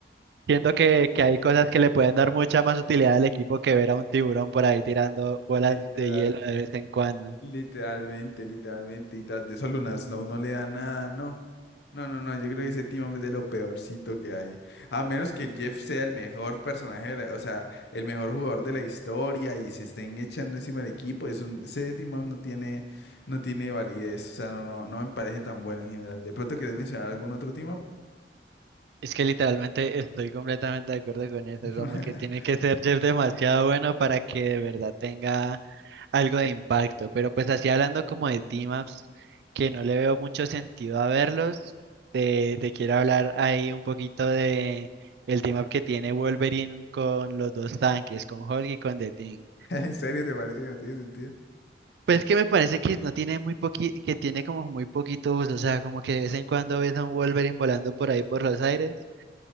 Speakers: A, on the right; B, on the left.
A: siento que, que hay cosas que le pueden dar mucha más utilidad al equipo que ver a un tiburón por ahí tirando bolas
B: Literal.
A: de hielo de vez en cuando.
B: Literalmente, literalmente. Y tras de eso Luna Snow no le da nada, no. No, no, no. Yo creo que ese Timon es de lo peorcito que hay. A menos que el Jeff sea el mejor personaje, de la- o sea, el mejor jugador de la historia y se estén echando encima del equipo. Es un, ese Timon no tiene, no tiene validez. O sea, no, no, no me parece tan bueno en general. ¿De pronto quieres mencionar algún otro Timon?
A: Es que literalmente estoy completamente de acuerdo con eso,
B: <laughs>
A: como que tiene que ser Jeff demasiado bueno para que de verdad tenga algo de impacto, pero pues así hablando como de team-ups, que no le veo mucho sentido a verlos, te, te quiero hablar ahí un poquito de el team-up que tiene Wolverine con los dos tanques, con Hulk y con The Thing.
B: ¿En serio te parece que no tiene sentido?
A: Pues que me parece que no tiene muy poqui, que tiene como muy poquito uso, o sea, como que de vez en cuando ves a un Wolverine volando por ahí por los aires,